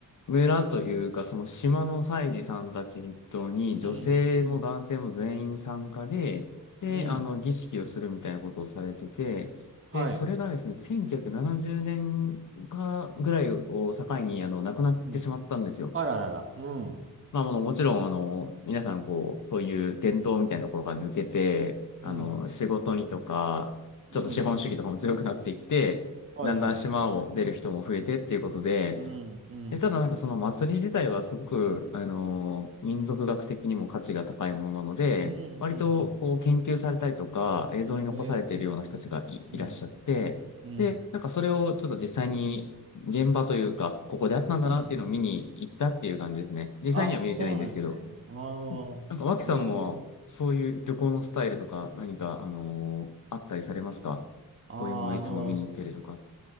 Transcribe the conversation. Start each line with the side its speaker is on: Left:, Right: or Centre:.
Left: 村というか、その島の祭司さんたち筆頭に、女性も男性も全員参加で、
Right: うん、うん、
Left: で、
Right: うん。
Left: あの、儀式をするみたいなことをされてて、
Right: はい。
Left: で、それがですね、1970年かぐらいを境に、あの、亡くなってしまったんですよ。
Right: うん。あららら。うん、
Left: まあ、もうもちろん、あの、皆さん、こう、そういう伝統みたいなところから抜けて、
Right: うん、
Left: あの、仕事にとか、ちょっと資本主義とかも強くなってきて、
Right: うん。はいはいはいはい。
Left: だんだん島を出る人も増えてっていうことで、
Right: うん、うん、
Left: え、ただなんかその祭り自体はすごく、あのー民族学的にも価値が高いものなので、
Right: うん、うん、
Left: 割とこう研究されたりとか映像に残されているような人たちがい、
Right: うん。ええ、うん、
Left: いらっしゃって、
Right: うん。
Left: で、なんかそれをちょっと実際に現場というか、ここであったんだなっていうのを見に行ったっていう感じですね。
Right: うん
Left: 実際には見れてないんですけど、
Right: あ、そうなんですね。ああ、
Left: なんか脇さんもそういう旅行のスタイルとか何か、
Right: ええ
Left: あのーあったりされますかこういうものをいつも見に行ってるとか。
Right: あああの、